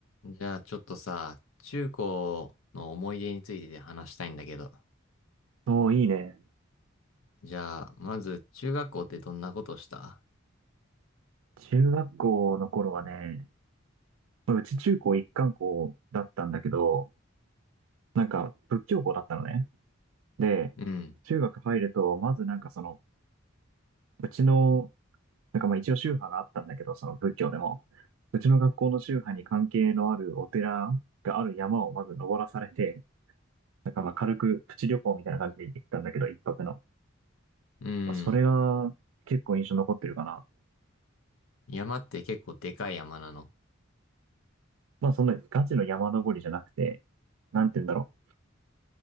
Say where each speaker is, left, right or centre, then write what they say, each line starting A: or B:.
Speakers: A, on the left; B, on the right.
A: じゃあちょっとさ、中高の思い出について話したいんだけど。
B: おー、いいね。
A: じゃあ、まず中学校ってどんなことした
B: 中学校の頃はね、まあうち中高一貫校だったんだけど、なんか仏教校だったのね。で、
A: うん。
B: 中学入ると、まずなんかその、うちの、なんかまあ一応宗派があったんだけど、その仏教でも、うちの学校の宗派に関係のあるお寺がある山をまず登らされて、なんかまあ軽くプチ旅行みたいな感じで行ったんだけど、一泊の。
A: うん。
B: まあ、それが結構印象残ってるかな。
A: 山って結構でかい山なの
B: まあそんなガチの山登りじゃなくて、なんて言うんだろう。